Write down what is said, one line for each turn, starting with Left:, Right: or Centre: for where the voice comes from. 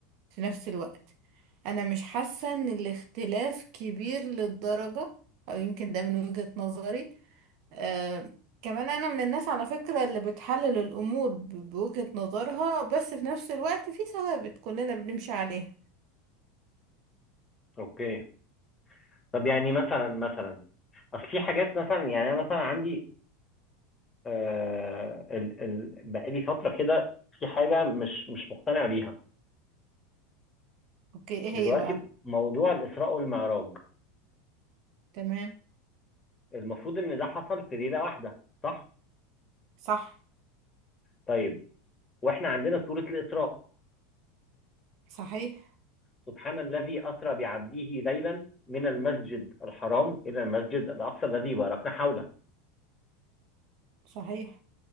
Right: في نفس الوقت انا مش حاسة ان الاختلاف كبير للدرجة او يمكن ده من وجهة نظري آه كمان انا من الناس على فكرة اللي بتحلل الامور ب- بوجهة نظرها بس في نفس الوقت في ثوابت كلنا بنمشي عليها
Left: اوكي طب يعني مثلا مثلا اصل في حاجات مثلا يعني انا مثلا عندي آه ال... ال... بقالي فتره كده في حاجه مش مش مقتنع بيها
Right: اوكي ايه
Left: دلوقتي
Right: هي بقى
Left: موضوع الإسراء والمعراج
Right: تمام
Left: المفروض إن ده حصل في ليلة واحدة صح؟
Right: صح
Left: طيب وإحنا عندنا سورة الإسراء
Right: صحيح
Left: سبحان الذي أسرى بعبده ليلا من المسجد الحرام إلى المسجد الأقصى الذي باركنا حوله
Right: صحيح